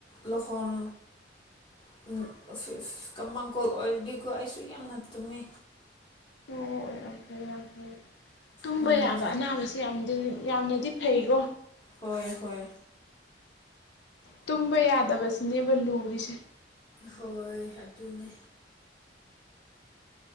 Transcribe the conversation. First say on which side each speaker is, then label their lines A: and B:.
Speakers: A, on the left; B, on the left.
A: ꯂꯣꯍꯣꯟ <unintelligible> ꯀꯃꯡꯀꯣꯜ ꯑꯣꯏꯔꯗꯤꯀꯣ ꯑꯩꯁꯨ ꯌꯥꯝꯅ ꯇꯨꯝꯃꯦ꯫
B: ꯑꯣ ꯌꯥꯝ ꯐꯩ ꯌꯥꯝ ꯐꯩ꯫ ꯇꯨꯝꯕ
A: ꯎꯝ
B: ꯌꯥꯕ ꯑꯅꯥꯕꯁꯦ ꯌꯥꯝꯗꯤ ꯌꯥꯝꯅꯗꯤ ꯐꯩꯀꯣ꯫
A: ꯍꯣꯏ ꯍꯣꯏ
B: ꯇꯨꯝꯕ ꯌꯥꯗꯕꯁꯤꯅꯦꯕ ꯂꯨꯔꯤꯁꯦ꯫
A: ꯍꯣꯏ ꯑꯗꯨꯅꯦ꯫